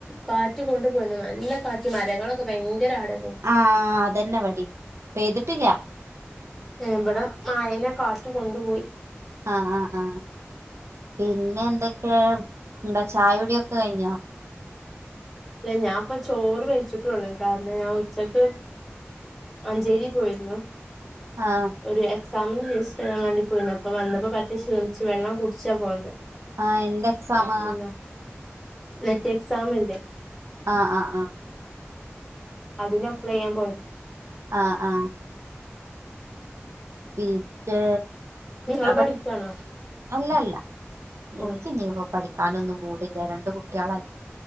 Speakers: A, in the centre; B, on the right.
A: കാറ്റ് കൊണ്ടു പോയിന്ന് നല്ല കാറ്റ് മരങ്ങളൊക്കെ ഭയങ്കര ആടാ
B: ആഹ് അതന്നെ വടിം. പെയ്തിട്ടില്ല
A: ഏഹ്. ഇബടെ മയനെ കാറ്റ് കൊണ്ടുപോയി
B: ആഹ് ആഹ് ആഹ് പിന്നെ എന്തൊക്കെ, എന്താ ചായ കുടിയൊക്കെ കഴിഞ്ഞോ?
A: ല്ല ഞാൻ ഇപ്പ ചോറ് വെയ്ച്ചിട്ടൊള്ളു. കാരണം ഞാൻ ഉച്ചക്ക് മഞ്ചേരി പോയിര്ന്നു
B: ആഹ്
A: ഒരു എക്സാമിന് രജിസ്റ്റർ ചെയ്യാൻ വേണ്ടി പോയിന്നു അപ്പൊ വന്നപ്പം പറ്റേ ക്ഷീണിച്ചു. വെള്ളം കുടിച്ചാ പോന്നെ.
B: ആഹ് എന്ത് എക്സാമാ
A: അപ്പ പിന്നെ. നെറ്റ് എക്സാം ല്ലേ
B: ആഹ് ആഹ് ആഹ്
A: അതിന് അപ്ലൈ ചെയ്യാൻ പോയത്
B: ആഹ് ആഹ് പിന്നെ
A: നിങ്ങള്
B: അപ്പൊ.
A: പഠിക്കാണോ
B: അല്ലല്ല. ഇൻക്ക്
A: ഉം
B: ഇഞ്ഞിപ്പോ പഠി ക്കാനൊന്നും മൂടില്ല. രണ്ട് കുട്ട്യാളായി.